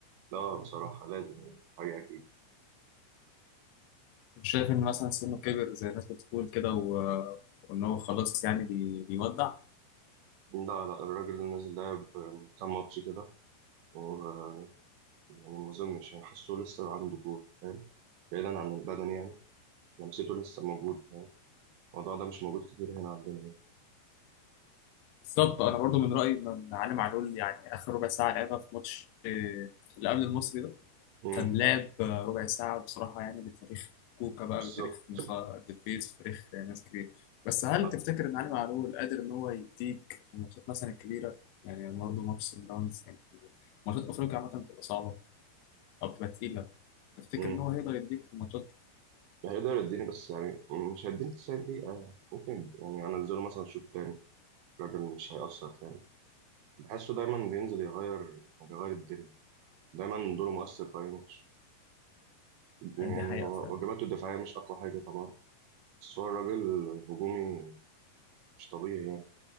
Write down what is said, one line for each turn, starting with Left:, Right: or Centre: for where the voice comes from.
Right: لا بصراحة لازم يعني حاجة أكيد
Left: مش شايف ان مثلا سنه كبر زي الناس بتقول كده و... وان هو خلاص يعني بي... بيودع
Right: لا لا الراجل اللي نازل لعب كام ماتش كده و- يعني ما أظنش يعني حاسه لسه عنده كورة فاهم بعيدا عن البدن يعني لمسته لسه موجودة يعني الموضوع ده مش موجود كتير هنا عندنا يعني
Left: بالظبط انا برضو من رايي ان عالم معلول يعني اخر ربع ساعه لعبها في ماتش آه، اللي قبل المصري ده
Right: مم.
Left: كان لاب آه، ربع ساعة بصراحة يعني بتاريخ كوكا بقى
Right: بالظبط
Left: بتاريخ مصا- دبيز بتاريخ آه، ناس كتير بس هل
Right: آه.
Left: تفتكر إن علي معلول قادر إن هو يديك في الماتشات مثلا الكبيرة يعني برضه ماتش سان داونز يعني ماتشات أفريقيا عامة بتبقى صعبة أو بتبقى تقيلة تفتكر
Right: مم.
Left: إن هو هيقدر يديك في الماتشات
Right: هيقدر يديني بس يعني مم، مش هيديني 90 دقيقة يعني ممكن يعني أنزله مثلا شوط تاني الراجل مش هيأثر فاهم بحسه دايما بينزل يغير بيغير الدنيا دايما دوره مؤثر في أي ماتش يعني
Left: آه، دي حقيقة
Right: هو
Left: فعلا
Right: واجباته الدفاعية مش أقوى حاجة طبعا بس هو الراجل هجومي مش طبيعي يعني